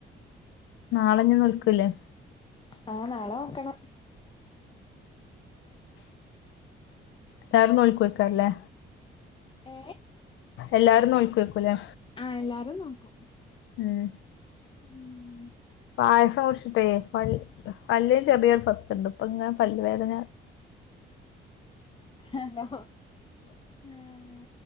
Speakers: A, on the left (about 75°); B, on the left (about 25°).
A: നാളെഞ്ഞ നൽക്കലേ
B: ഉം ആഹ് നാളെ നോക്കണം
A: സാർണോലിക്ക്ോയ്ക്കാറില്ലേ
B: ഏ
A: എല്ലാരും നോക്ക വക്കൂല്ലേ
B: ആഹ എല്ലാരും നോക്കും
A: ഉം
B: ഉം
A: പായസം കുടിച്ചിട്ടേ വല്ല് ചെറിയൊരു ഭത്തുണ്ട് ഇപ്പൊ ഇങ്ങനെ പല്ല്ുവേദന
B: ഹലോ ഉം